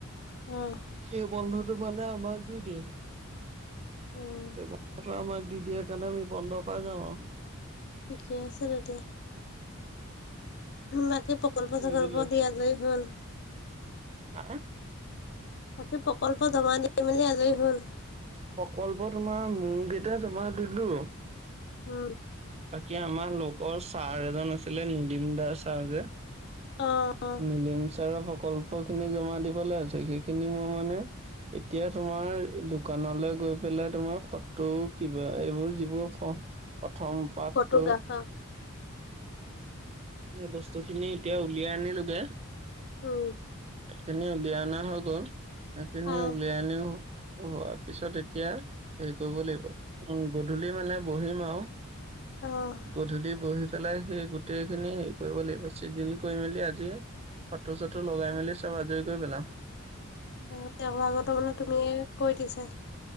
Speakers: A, on the left; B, on the right.
A: উম',
B: সেই বন্ধটো মানে আমাক দি দিয়ে।
A: উম
B: সেই বন্ধটো আমাক দি দিয়ে সেইকাৰণে আমি বন্ধ পাই যাওঁ। আৰু
A: ঠিকেই আছে তেন্তে। বাকী প্ৰকল্প -চকল্প
B: বুজিলে
A: দিয়া যে হ'ল?
B: হা,
A: বাকী প্ৰকল্প জমা দি মেলি আজৰি হ'ল?
B: প্ৰকল্প তোমাৰ মেইনগিতা জমা দিলোঁ।
A: উম',
B: বাকী আমাৰ লোকৰ ছাৰ এজন আছিলে। নীলিম দা ছাৰ যে,
A: অ', অ',
B: নীলিম ছাৰৰ সকল্প খিনি জমা দিবলৈ আছে। সেইখিনি মই মানে এতিয়া তোমাৰ দোকানলৈ গৈ পেলাই। তোমাৰ ফটো কিবা এইবোৰ যিবোৰ প্ৰথম পাঠটো
A: ফটোগ্ৰাফাৰ
B: এই বস্তুখিনি এতিয়া উলিয়াই আনিলোগে,
A: উহ',
B: সেইখিনি উলিয়াই অনা হৈ গ'ল। সেইখিনি
A: অহ।
B: উলিয়াই আনি হোৱাৰ পিছত এতিয়া হেৰি কৰিব লাগিব। উম' গধূলি মানে বহিম আৰু
A: অহ',
B: গধূলি বহি পেলাই সেই গোটেই খিনি হেৰি কৰিব লাগিব। চিদিল কৰি মেলি আজিয়ে, ফটো চটো লগাই মেলি চব আজৰি কৰি পেলাম।
A: অ' তেওঁৰ ভাগৰটো মানে তুমি কৰি দিছা?